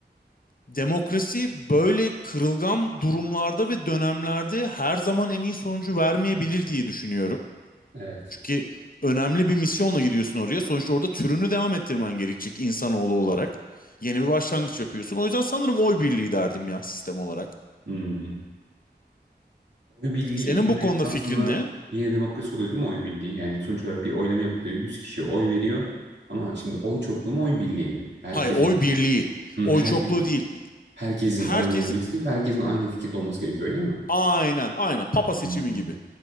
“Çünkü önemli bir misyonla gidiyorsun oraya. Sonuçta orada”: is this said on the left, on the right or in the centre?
Left